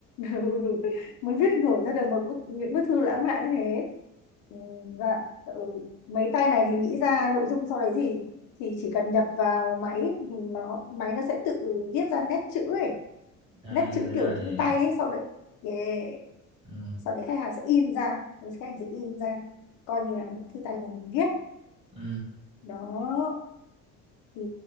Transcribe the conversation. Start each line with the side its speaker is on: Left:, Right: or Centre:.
Left: <laughs> mới viết nổi ra được một bức những bức thư lãng mạn như thế Ừ, và ừ, mấy tay này thì nghĩ ra nội dung sau đấy thì thì chỉ cần nhập vào máy thì nó máy nó sẽ tự viết ra nét chữ ấy
Right: à,
Left: nét chữ
Right: ra
Left: kiểu như
Right: vậy
Left: tay ấy sau đấy yeah.
Right: ừ
Left: sau đấy khách hàng sẽ in ra khách hàng sẽ in ra coi như là bức thư tay mà mình viết
Right: ừ
Left: đó thì